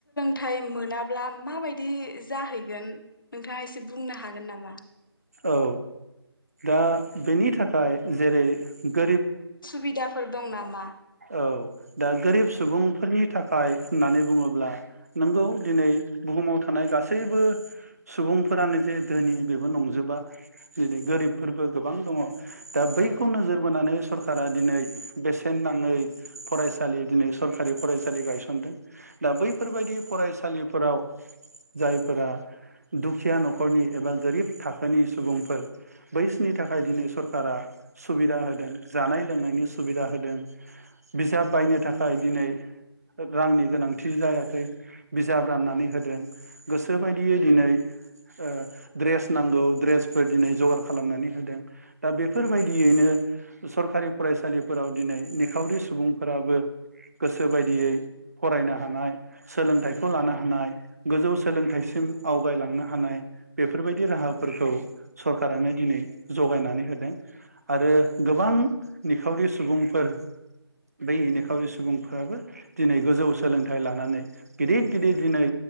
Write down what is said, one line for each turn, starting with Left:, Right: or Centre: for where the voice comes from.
Left: थायेम मोनाब्ला माबायदि जाहैगोन नोंथाङा एसे बुंनो हागोन नामा?
Right: औ दा बेनि थाखाय जेरै गोरिब
Left: बिदाफोर दं नामा?
Right: औ दा गोरिब सुबुंफोरनि था खाय होननानै बुङोब्ला नोंगौ दिनै बुहुमाव थानाय गासैबो सुबुंफोरानो जे धोनि बेबो नंजोबा जेरै गोरिबफोरबो गोबां दङ दा बैखौ
Left: औ
Right: नोजोर बोनानै सरकारा दिनै बेसेन नां यै फरायसालि दिनै सरखारि फरायसालि गायसनदों दा बैफोरबायदि फरायसालिफोराव जायफोरा दुखिया नखरनि एबा गोरिब थाखोनि सुबुंफोर बैसिनि थाखाय दिनै सरकारा सुबिदा होदों जानाय लोंनायनि सुबिदा होदों बिजाब बायनो थाखाय दिनै रांनि गोनांथि जायाखै बिजाब राननानै होदों गोसोबायदियै दिनै ओ ड्रेस नांगौ ड्रेसफोर दिनै जगार खालामनानै होदों दा बेफोर बायदियैनो सरखारि फरायसालिफोराव दिनै निखावरि सुबुंफोराबो गोसो बायदियै फरायनो हानाय सोलोंथाइखौ लानो हानाय गोजौ सोलोंथाइसिम आवगायलांनो हानाय बेफोरबायदि राहाफोरखौ सरखारानो दिनै जगायनानै होदों आरो गोबां निखावरि सुबुंफोर बै निखावरि सुबुंफोराबो दिनै गोजौ सोलोंथाइ लानानै गिदिर गिदिर दिनै